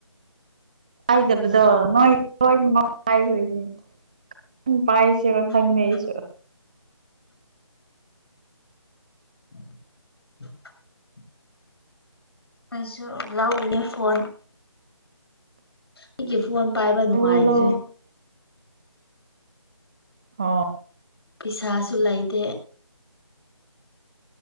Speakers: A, on the right; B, on the left.
A: ꯄꯥꯏꯗꯕꯗꯣ ꯃꯥꯒꯤ <unintelligible> ꯀꯥꯏꯈꯤꯕꯩꯅꯦ <unintelligible> ꯄꯥꯏꯁꯤꯔꯥ
B: ꯎꯝ
A: ꯈꯪꯗꯦ ꯑꯩꯁꯨ
B: <inaudible> ꯑꯩꯁꯨ ꯂꯧꯒꯅꯤ ꯐꯣꯟ ꯑꯩꯒꯤ ꯐꯣꯟ ꯄꯥꯏꯕ ꯅꯨꯡꯉꯥꯏꯗ꯭ꯔꯦ
A: ꯂꯧꯑꯣ ꯂꯧꯑꯣ ꯍꯣ
B: ꯄꯩꯁꯥꯁꯨ ꯂꯩꯇꯦ